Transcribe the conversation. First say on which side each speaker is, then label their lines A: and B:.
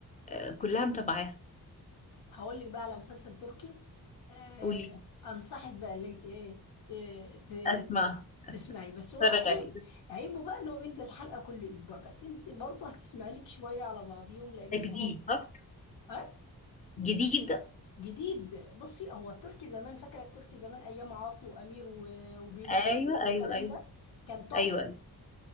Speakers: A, on the left (about 20°); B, on the left (about 80°).
A: آه، كلها متابعاها
B: هقول لك بقى على مسلسل تركي آه
A: قولي
B: انصحك بقى اللي انت ايه ت... ت...
A: اسمع
B: تسمعي بس
A: اتفرج
B: هو عيب
A: عليه ده
B: عيبه بقى ان هو بينزل حلقة كل اسبوع بس انت برضه هتسمعي لك شوية على بعضيهم لان
A: جديد
B: خلاص
A: صح؟
B: اه
A: جديد
B: جديد بصي هو التركي زمان فاكره التركي زمان ايام عاصي وامير و- وبيرين
A: ايوه
B: سيف والكلام
A: ايوه ايوه
B: ده كان تحفه
A: ايوه, أيوة.